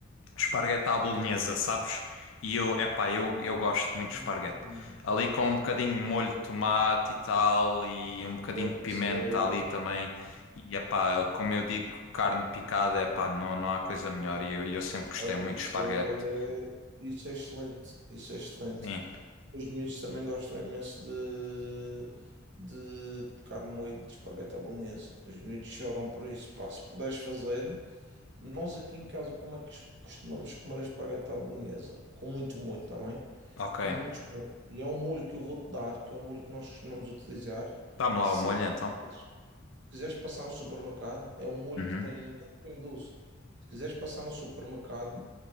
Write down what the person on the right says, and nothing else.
Hum,
Olha,
isso é,
olha,
isso
é, isso é excelente, isso é excelente.
Os miúdos também gostam imenso de, de tocar no moído de espargueta à bolonhesa. Os miúdos choram por isso, pá, se puderes fazer. Nós aqui em casa, como é que costumamos comer a espargata à bolonhesa? Com muito molho, está bem?
Muito molho. E é um molho que eu vou-te dar, que é um molho que nós costumamos utilizar.
Se
quiseres,
quiseres passar no supermercado, é um molho
que tem, tem doce. Se quiseres passar no supermercado